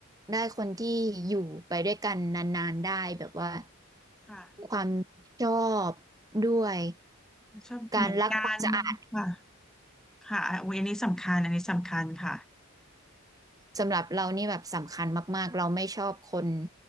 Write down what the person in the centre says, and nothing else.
ค่ะ
ชอบเหมือนกันค่ะ
ค่ะอยอันนี้สำคัญอันนี้สำคัญค่ะ